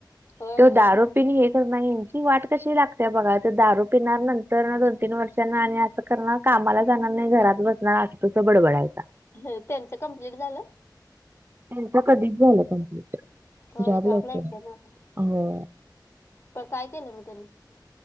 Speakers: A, on the left (about 35°); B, on the right (about 30°).
A: होय
B: त्यो दारू हे तर नाही यांची वाट कशी लागत्या बघा आता दारू पिणार नंतरन दोन तीन वर्षांन आणि असं करणार कामाला जाणार नाही घरात बसणार असं तसं बडबडायचा
A: ह त्यांचं कमप्लीट झालं
B: त्यांच कधीच झालं कंप्लीट
A: होय
B: जॉब
A: जॉबला
B: लागत
A: येते ना आता.
B: हो
A: प काय केलं मग त्यांनी.?